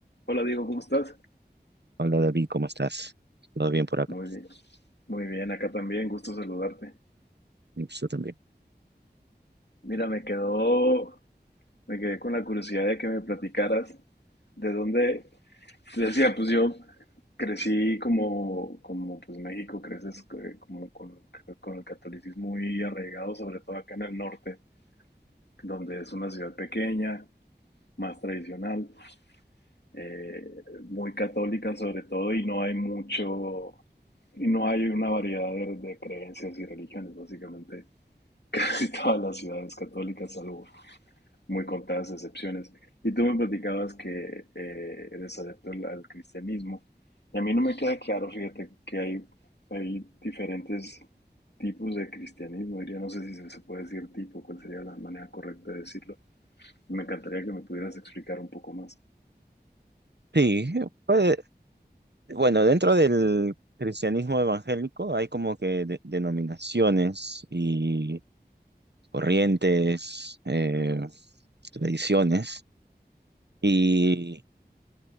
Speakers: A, on the left; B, on the right.
A: Hola Diego, ¿cómo estás?
B: Hola David, ¿cómo estás? ¿Todo bien por acá?
A: Muy bien, muy bien, acá también, gusto saludarte.
B: Yo también.
A: Mira, me quedó, me quedé con la curiosidad de que me platicaras de dónde, decía, pues yo crecí como, como pues México, creces eh, como con, con el catolicismo muy arraigado, sobre todo acá en el norte, donde es una ciudad pequeña, más tradicional, eh, muy católica sobre todo, y no hay mucho, y no hay una variedad de, de creencias y religiones, básicamente casi <laughs> todas las ciudades católicas, salvo muy contadas excepciones. Y tú me platicabas que eh, eres adepto al, al cristianismo. Y a mí no me queda claro, fíjate, que hay, hay diferentes tipos de cristianismo. Diría, no sé si se se puede decir tipo, cuál sería la manera correcta de decirlo. Me encantaría que me pudieras explicar un poco más.
B: Sí, pues, bueno, dentro del cristianismo evangélico hay como que de- denominaciones y corrientes, eh, tradiciones, y,